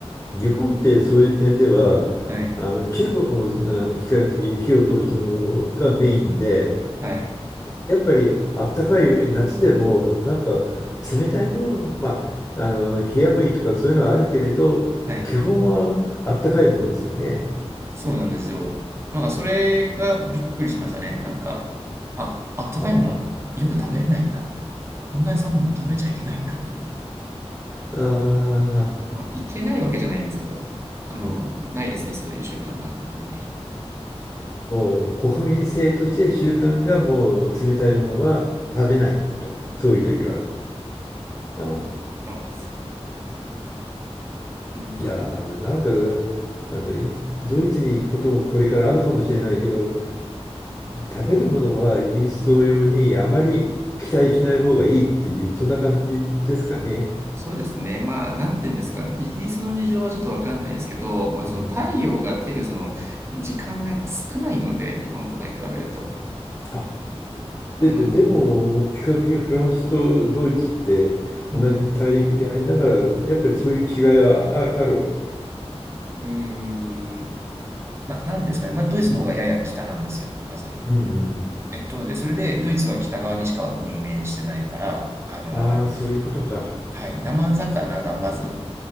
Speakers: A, on the left (about 20°); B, on the right (about 25°).
A: 日本ってそういう点では、
B: はい、
A: あの中国もあの比較的火を通したものがメインで、
B: はい、
A: やっぱりあったかい夏でもなんか冷たいもの、まあ、あの冷麦とかそういうのはあるけれど、
B: はい。
A: 基本はあったかいもんですよね。
B: そうなんですよ。なんか、それがびっくりしましたね。なんか、あ、あったかいもの、
A: あ
B: 夜食べれないんだって。こんなに寒いの食べちゃいけないんだって。
A: あ、ああ、
B: まあ、いけないわけじゃないんですけど、あの、
A: うん。
B: ないですね、そういう習慣があんまり。
A: もう国民性として習慣がもう冷たいものは、とそういう時は。うん
B: そうなんですよ。うん、
A: じゃあ、なんか、あの、いドイツに行くこともこれからあるかもしれないけど、食べるものはイギリス同様にあまり期待しない方がいいっていう、そんな感じですかね。
B: そうですね。まあ、なんて言うんですかね。イギリスの事情はちょっとわかんないですけど、まあ、その太陽が照るその時間がやっぱ少ないので、
A: うんうん。
B: 日本とかに比べると。
A: あ、で、
B: うん。
A: ででも、比較的フランスとドイツって同じ大陸でありながら、
B: うん。
A: やっぱりそういう違いはあ、あるわけ。
B: うーん。な、なてうんですかね。まあ、ドイツの方がやや北なんですよ、まず。
A: うんうんうん。
B: えっと、で、それで、ドイツは北側にしか海に面してないから、あの、
A: ああ、そういうことか。
B: はい、生魚がまず